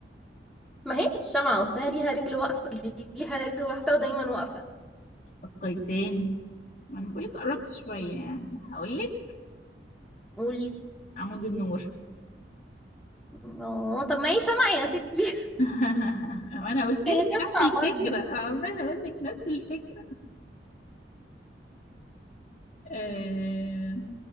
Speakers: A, in the centre; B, on the left.
A: ما هي الشمعة أصلها ليها رجل واقفة ليها رجل واحدة ودايما واقفة
B: فكري تاني ما أنا بقولك قربت شوية يعني هقولك
A: قولي
B: عمود النور
A: اه طب ما هي سمع يا ستي <laughs>
B: <laughs> وانا قلت
A: هي
B: لك
A: تنفع
B: نفس الفكره
A: برضه
B: عماله اقول لك نفس الفكره آه...